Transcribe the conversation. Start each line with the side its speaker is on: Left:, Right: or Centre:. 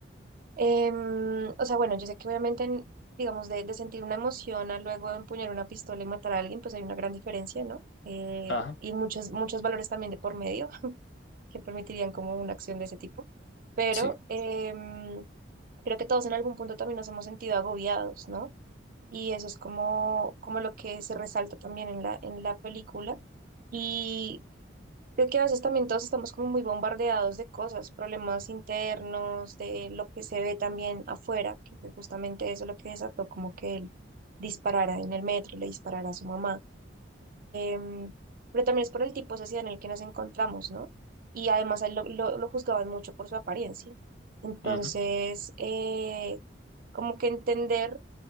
Right: em, o sea, bueno, yo sé que obviamente, en- digamos, de, de sentir una emoción a luego empuñar una pistola y matar a alguien, pues hay una gran diferencia, ¿no? Eh,
Left: Ajá,
Right: y muchos, muchos valores también de por medio <laughs> que permitirían como una acción de ese tipo, pero
Left: sí,
Right: em, creo que todos en algún punto también nos hemos sentido agobiados, ¿no? y eso es como, como lo que se resalta también en la, en la película. Y creo que a veces también todos estamos como muy bombardeados de cosas, problemas internos, de lo que se ve también afuera, que fue justamente eso lo que desató como que él disparara en el metro, le disparara a su mamá. Em, pero también es por el tipo de sociedad en el que nos encontramos, ¿no? Y además a él lo, lo, lo juzgaban mucho por su apariencia. Entonces,
Left: ujú,
Right: eh, como que entender